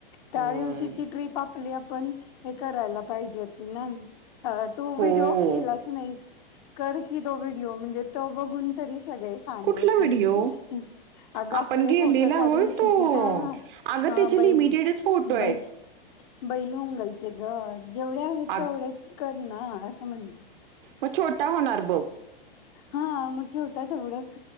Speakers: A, on the left; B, on the right.
A: त्या
B: होय.
A: दिवशीची ट्रीप आपली आपण हे करायला पाहिजे होती ना अ तू व्हिडिओ
B: हो.
A: केलाच नाहीस कर की तो व्हिडिओ म्हणजे तो बघून तरी सगळे शहाने
B: कुठला
A: होतील
B: व्हिडिओ?
A: अगं
B: आपण
A: आपले
B: गेलेला
A: फोटो त्या
B: होय
A: दिवशीचे
B: तो.
A: हा
B: अगं
A: हा
B: त्याचे
A: बैल
B: लिमिटेडच फोटो आहेत.
A: बैल बैल उंगलचे ग जेवढे आहे
B: अग
A: तेवढेच कर ना असं म्हणतो
B: मग छोटा होणार बघ.
A: हा म छोटा तवढंच